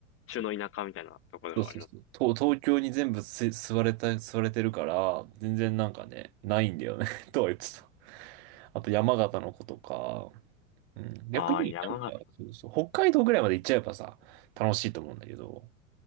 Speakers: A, on the left; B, on the right.
A: 中の田舎みたいなところではあります。
B: そうそうそうそう。東、東京に全部す吸われた、吸われてるから、全然なんかね、ないんだよね <laughs> とは言ってた。あと山形の子とか、うん、逆になんか、
A: ああ、山形。
B: そうそう、北海道ぐらいまで行っちゃえばさ、楽しいと思うんだけど、